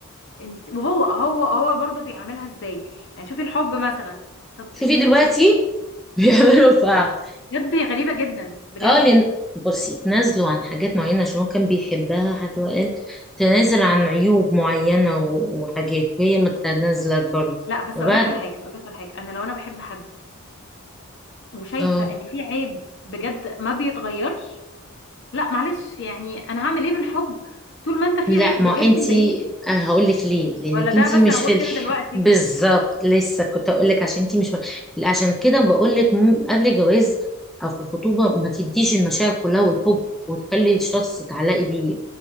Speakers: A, on the left (about 55°); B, in the centre.
A: انت وهو هو هو برضه بيعاملها ازاي يعني شوفي الحب مثلا طب
B: شوفي
A: انتوا
B: دلوقتي
A: انتوا
B: <laughs> بيعملوا في بعض
A: بجد غريبه جدا بجد
B: اه لن... بصي تنازلوا عن حاجات معينة عشان هو كان بيحبها حتى هو قال تنازل عن عيوب معينة و... وحاجات وهي ما تنازلت برضه
A: لا بس
B: وبعد
A: اقول لك على حاجه اقول لك على حاجه انا لو انا بحب حد وشايفه
B: اه
A: ان في عيب بجد ما بيتغيرش لا معلش يعني انا هعمل ايه بالحب طول ما انت في
B: لا
A: عيب
B: ما
A: بجد
B: انتي
A: مضايقني
B: هقول لك ليه لانك
A: ولا ده
B: انتي
A: بس
B: مش
A: انا بقول
B: فلح
A: كده دلوقتي
B: بالظبط
A: عشان ما-
B: لسه كنت هقول لك عشان انتي مش م... لا، عشان كده بقول لك قبل الجواز او في الخطوبه ما تديش المشاعر كلها والحب وتخلي الشخص تعلقي بيه